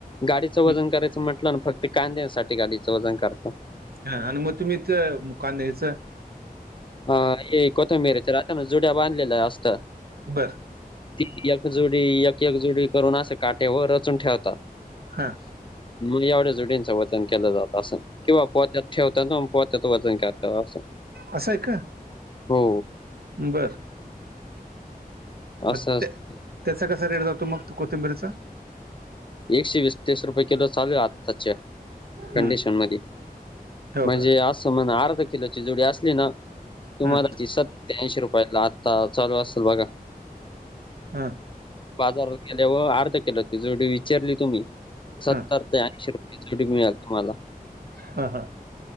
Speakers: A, on the left (about 30°); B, on the right (about 85°).
A: गाडीचं वजन
B: हं,
A: करायचं म्हटलं ना फक्त कांद्यासाठी गाडीचं वजन करता.
B: हा आणि मग तुम्ही ते कांद्याच-
A: हा हे कोथंबिरच्या राहत ना, जुड्या बांधलेल्या असतात.
B: बरं.
A: ती एकजोडी एक एकजोडी करून असं काटे वर रचून ठेवतात.
B: हा
A: मग एवढ्या जुडींचं वजन केलं जात असं. किंवा पोत्यात ठेवतात आन् पोत्याच वजन करतात असं.
B: अस आहे का?
A: हो
B: बरं. मग
A: असं असतं
B: त्या त्याचा कसा रेट जातो मग कोथिंबीरीचा?
A: एकशे वीस, तीस, रुपये किलो चालूय आत्ताच्या
B: हं,
A: कंडिशन मध्ये
B: हो
A: म्हणजे
B: का
A: असं म्हणा अर्धा किलोची जुडी असली ना! तुम्हाला
B: हं,
A: ती सत्याअंशी रुपयाला आत्ता चालू असल बघा.
B: हं!
A: बाजारात गेल्याव अर्धा किलो ची जुडी विचारली तुम्ही? सत्तर
B: हं,
A: ते ऐंशी रुपये जुडी मिळल तुम्हाला.
B: हा हा!